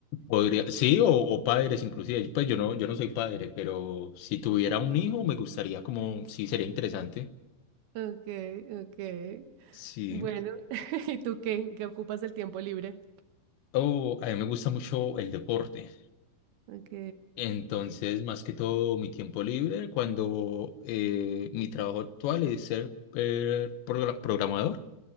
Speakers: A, on the left (about 90°); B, on the right (about 70°).
A: Podría, sí, o, o padres inclusive, pues yo no, yo no soy padre, pero si tuviera un hijo me gustaría como, sí, sería interesante,
B: Ok, ok.
A: sí.
B: Bueno, <laughs> ¿y tú qué? ¿Qué ocupas el tiempo libre?
A: O a mí me gusta mucho el deporte.
B: Ok,
A: Entonces, más que todo, mi tiempo libre, cuando eh, mi trabajo actual es ser eh, progra- programador,